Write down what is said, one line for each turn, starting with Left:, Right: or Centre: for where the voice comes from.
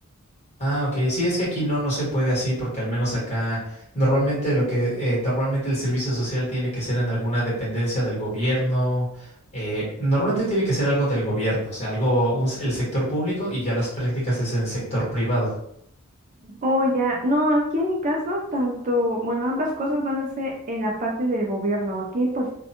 Left: Ah, ok. Sí, es que aquí no, no se puede así, porque al menos acá normalmente lo que eh, normalmente el servicio social tiene que ser en alguna dependencia del gobierno. eh, normalmente tiene que ser algo del gobierno, o sea, algo un s- el sector público y ya las prácticas es en sector privado.
Right: Oh, ya. No, aquí en mi caso, tanto, bueno, ambas cosas van a ser en la parte del gobierno. Aquí, pues,